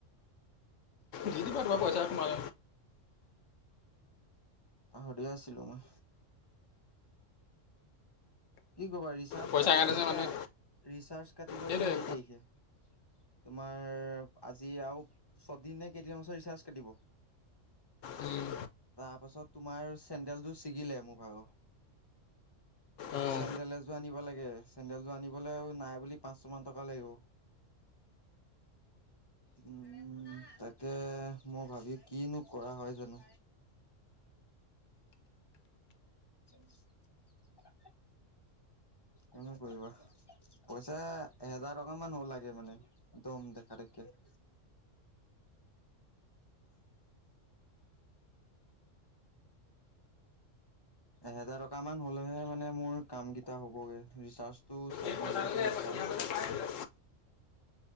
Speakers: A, on the left; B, on the left.
A: দিিদি পাৰব পাচা কমাল
B: পাহৰিিয় আছিলো মই কি কবা ৰিচাৰ্জ
A: পইচাৰ
B: কাটিব
A: কাৰণে
B: এতিয়া
A: যে মানুহে
B: - ৰিচাৰ্জ কাটিব
A: সেইটোৱে
B: এতিয়া সেই তাৰিখে তোমাৰ আজি আৰু ছদিন নে কেইদিন বছৰ ৰিচাৰ্জ কাটিব।
A: উম,
B: তাৰ পাছত তোমাৰ চেন্দেলটো ছিগিলে মোৰ ভাগ উম,
A: অঁ
B: চেডেল এযোৰ আনিব লাগে চেডেলযোৰ আনিবলৈও নাই বুলি পাচ ছ মান টকা লাগিব। উম, উম, তাকে মই ভাবি কিনো কৰা হয় জানো। <unintelligible> কোনে কৰিব। পইচা এেজাৰ টকা মান হ'ব লাগে মানে একদম দেখা দেখে <inaudible> এহেজাৰ টকা মান হ'লেহে মানে মোৰ কাম কেইটা হ'বগে ৰিচাৰ্জটো চনি
A: এই পইচাটো
B: কৰকা়িছা
A: যে ইয়াৰ পৰা- ইয়াৰ পৰা যে পাইছিলে,